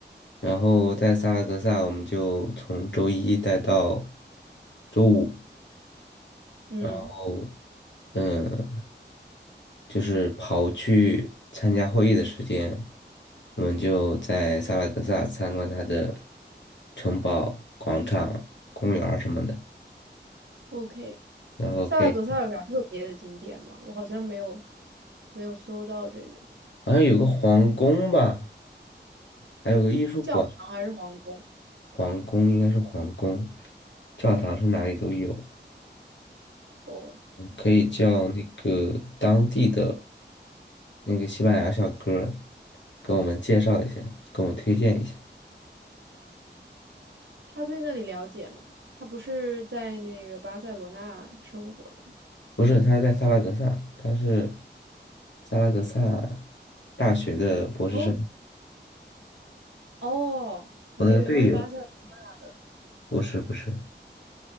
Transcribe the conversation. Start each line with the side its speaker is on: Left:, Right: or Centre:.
Left: 然后在萨拉戈萨，我们就从周一待到周五。
Right: 嗯
Left: 哦，嗯，就是刨去参加会议的时间，我们就在萨拉戈萨参观它的城堡、广场、公园儿什么的。
Right: ，OK。
Left: 然后可以，
Right: 萨拉戈萨有啥特别的景点吗？我好像没有没有搜到这个
Left: 好像有个皇宫吧，还有个艺术馆，
Right: 教堂还是皇宫
Left: 皇宫应该是皇宫，教堂是哪里都有，
Right: 哦。
Left: 可以叫那个当地的那个西班牙小哥儿给我们介绍一下，给我们推荐一下。
Right: 他对那里了解吗？他不是在那个巴塞罗那生活的吗
Left: 不是，他是在萨拉格萨，他是萨拉格萨大学的博士生，
Right: 哦哦，我还以为他是巴塞罗
Left: 我那个队友，
Right: 那的，
Left: 不是不是，